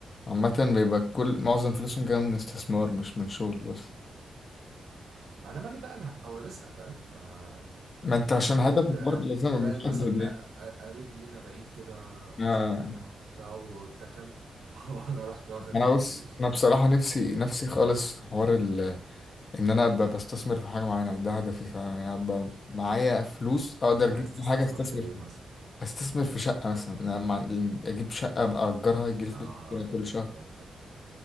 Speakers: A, on the left (about 50°); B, on the right (about 85°).
A: عامه بيبقى كل معظم فلوسهم جايه من استثمار مش من شغل بس
B: ما أنا مالي بقى أنا هبقى وارثها فاهم فأنا
A: ما انت عشان هدفك
B: كده
A: برضه لازم يبقى
B: ألاقي
A: محدد
B: مثلا
A: يعني
B: أ- أ- قريب لينا بعيد كده حصل
A: آه.
B: حاجة وبتاع واتكل <laughs> وأنا رحت واخد
A: انا
B: أنا
A: بص
B: فلوس
A: انا بصراحه نفسي نفسي خالص في حوار ان انا ابقى بستثمر في حاجه معينه ده هدفي فعلا يعني ابقى معايا فلوس اقدر
B: أنت
A: اجيب
B: عايز تستثمر
A: بيها حاجه استثمر
B: في إيه
A: فيها
B: مثلا؟
A: استثمر في شقه مثلا انا مع... اجيب شقه ابقى اجرها يجي لي فلوس
B: آه
A: كده كل شهر
B: فهمتك